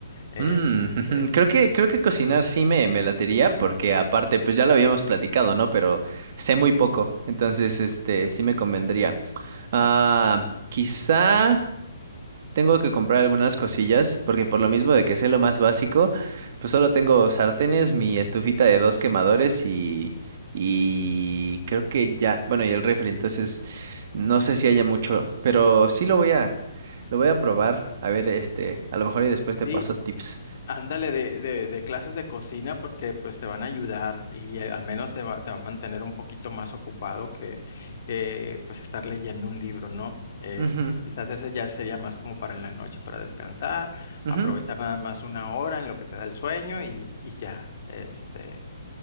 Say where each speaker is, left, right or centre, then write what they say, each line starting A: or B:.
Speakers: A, on the left; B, on the right.
A: Este,
B: Mm, <laughs> creo que, creo que cocinar sí me, me latería, porque aparte, pues ya lo habíamos platicado, ¿no? Pero sé muy poco, entonces, este, sí me convendría. Ah, quizá tengo que comprar algunas cosillas, porque por lo mismo de que sé lo más básico, pues solo tengo sartenes, mi estufita de dos quemadores y, y creo que ya, bueno, y el refri, entonces no sé si haya mucho, pero sí lo voy a, lo voy a probar, a ver, este, a lo mejor y después te
A: Sí,
B: paso tips.
A: ándale de, de, de clases de cocina porque pues te van a ayudar y eh, al menos te va, te va a mantener un poquito más ocupado que, que pues estar leyendo un libro, ¿no? Este,
B: Ujú,
A: quizás ese ya sería más como para en la noche, para descansar,
B: ujú.
A: aprovechar nada más una hora en lo que te da el sueño y, y ya, este,